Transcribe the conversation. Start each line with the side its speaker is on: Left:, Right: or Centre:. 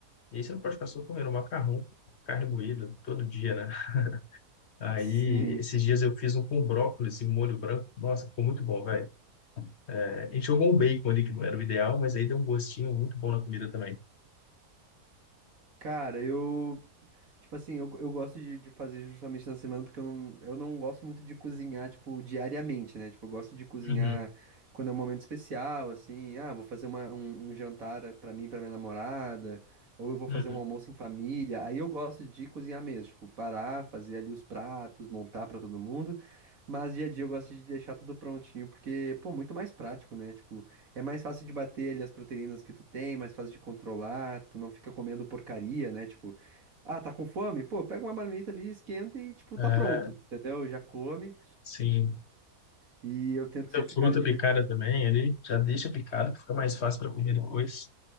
Left: e aí você não pode ficar só comendo macarrão, carne moída, todo dia, né? Aí,
Right: Sim.
Left: esses dias eu fiz um com brócolis e molho branco, nossa, ficou muito bom, velho. É, A gente jogou um bacon ali, que não era o ideal, mas aí deu um gostinho muito bom na comida também.
Right: Cara, eu Tipo assim, eu, eu gosto de, de fazer justamente na semana porque eu não, eu não gosto muito de cozinhar, tipo, diariamente, né? Tipo, eu gosto de cozinhar
Left: Uhum,
Right: quando é um momento especial, assim, ah, vou fazer uma, um, um jantar pra mim, e pra minha namorada, ou eu vou
Left: uhum.
Right: fazer um almoço em família. Aí eu gosto de cozinhar mesmo, tipo, parar, fazer ali os pratos, montar pra todo mundo. Mas dia a dia eu gosto de deixar tudo prontinho, porque, pô, muito mais prático, né? Tipo, é mais fácil de bater ali as proteínas que tu tem, mais fácil de controlar, tu não fica comendo porcaria, né? Tipo, ah, tá com fome? Pô, pega uma marmita ali, esquenta e, tipo,
Left: É,
Right: tá pronto, entendeu? Já come.
Left: sim.
Right: E eu tento
Left: Muita
Right: sempre,
Left: fruta
Right: cara,
Left: picada também ali, já deixa picado, que fica mais fácil para comer depois.